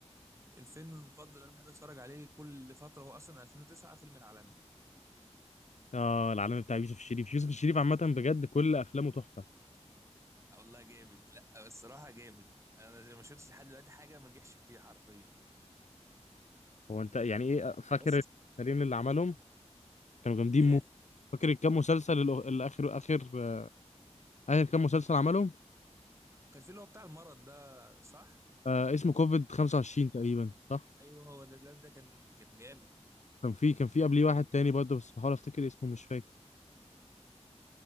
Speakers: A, on the right (about 25°); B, on the left (about 80°).
A: الفيلم المفضل اللي انا بحب اتفرج عليه كل فتره هو اصلا 2009 فيلم العالمي
B: اه العالم بتاع يوسف الشريف يوسف الشريف عامه بجد كل افلامه تحفه
A: والله جامد لا الصراحه جامد انا ما شفتش لحد دلوقتي حاجه ما نجحش فيها حرفيا
B: هو انت يعني ايه فاكر
A: بس
B: الفريقين اللي عملهم كانوا جامدين
A: ايه
B: مو فاكر الكام مسلسل الأخ- الاخر اخر اخر اخر كام مسلسل عملهم
A: كان في اللي هو بتاع المرض ده صح
B: آه اسمه كوفيد 25 تقريبا صح
A: ايوه هو ده الواد ده كان كان جامد
B: كان في كان في قبليه واحد تاني برضه بس بحاول افتكر اسمه مش فاكر